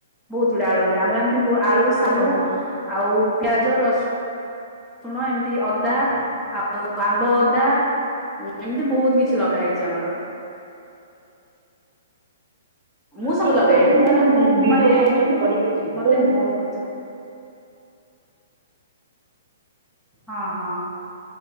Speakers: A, in the centre; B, on the right.
A: ବହୁତ ତୁଡ଼ ଆଳୁ ବାହାରେ ଆମର ଏମତି ବୁ-ଆଳୁ, ସାରୁ
B: ଓ
A: ଆଉ ପିଆଜ, ରସ ସୁଣ ଏମତି ଅଦା ଆଉ ଆମ୍ବ ଅଦା ହୁଁ ଏମିତି ବହୁତ କିଛି ଲଗା ହେଇଛି ଆମର ମୁଁ ସବୁ
B: କିଏ
A: ଲଗାଏ
B: କହୁନୁ
A: ମୁଁ
B: ସେ
A: ମାନେ
B: ଗୋଟେ
A: ମୁଁ
B: ଭଡିଓ
A: ମାନେ
B: କରୁଛନ୍ତି କରିକି ଯିବେ
A: ମତେ
B: କହୁନୁ। <inaudible>
A: ବହୁତ ହଁ ହଁ